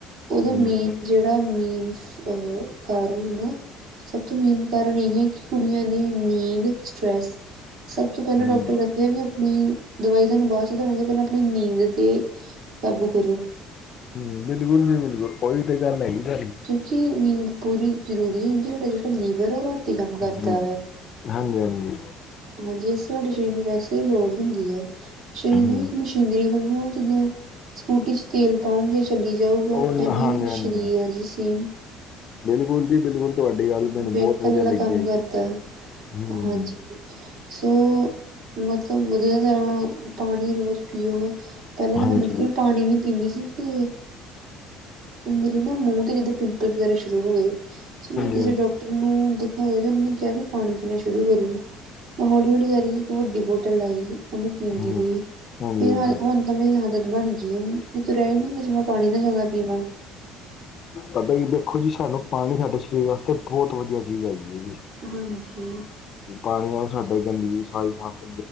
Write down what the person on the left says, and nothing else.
ਹੂੰ
ਹੂੰ
ਹੂ, ਬਿਲਕੁਲ ਜੀ ਬਿਲਕੁਲ, ਉਹੀ ਤੇ ਗੱਲ ਹੈ। ਗਈ ਸਾਰੀ
ਹੂ, ਹਾਂਜੀ-ਹਾਂਜੀ।
ਹੂੰ
ਉਹ
ਹਾਂਜੀ ਹਾਂਜੀ।
ਬਿਲਕੁਲ ਜੀ ਬਿਲਕੁਲ, ਤੁਹਾਡੀ ਗੱਲ ਮੈਨੂੰ
ਬਹੁਤ ਵਧੀਆ
ਲੱਗੀ
ਹੈ। ਜੀ
ਹੂ।
ਹਾਂਜੀ
ਹਾਂਜੀ
ਹਾਂਜੀ
ਹੂੰ
ਹਾਂਜੀ
ਹਾਂਜੀ।
ਪਤਾ ਜੀ ਦੇਖੋ, ਜੀ ਸਾਨੂੰ ਪਾਣੀ ਸਾਡੇ ਸਰੀਰ ਵਾਸਤੇ ਬਹੁਤ ਵਧੀਆ ਚੀਜ਼ ਹੈਗੀ ਹੈ ਜੀ।
ਪਾਣੀ ਨਾਲ ਸਾਡੇ ਗੰਦਗੀ ਸਾਰੀ ਸਾਫ਼